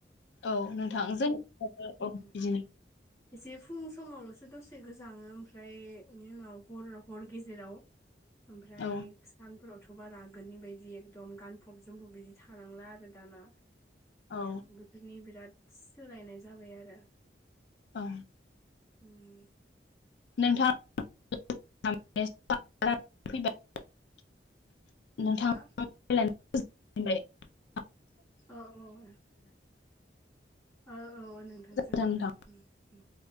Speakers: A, on the left; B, on the left.
A: औ नोंथां जों औ
B: उम
A: बिदिनो
B: एसे फुं समावल'सो दसे गोजाङो ओमफ्राय बेनि उनाव हर हर गेजेराव ओमफ्राय
A: औ
B: सानफोराव थ' बारा आंगोलनि बायदि एकदम गानफब जोमफब बिदि थानांला आरो दाना।
A: औ
B: ऐ बोथोरनि बिराद सोलोयनाय जाबाय आरो।
A: औ।
B: उम।
A: <unintelligible> <unintelligible>
B: हा
A: <unintelligible>
B: औ औ। औ औ नोंथां जागोन
A: नोंथां
B: दे ओम ओम।